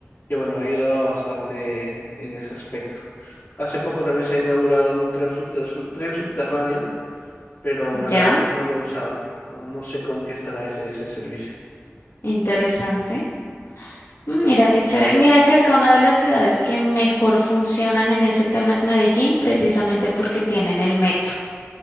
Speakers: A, on the left; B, on the left.
A: que bueno, ha ayudado bastante en ese aspecto. Hace poco también se ha inaugurado un tren, subte- sub- tren subterráneo, pero la verdad
B: ya.
A: no, no lo he usado. No, no sé con qué estará ese, ese servicio.
B: Interesante. Mm, Mira qué chévere. Mira que acá una de las ciudades que mejor funcionan en ese tema es Medellín, precisamente porque tienen el metro,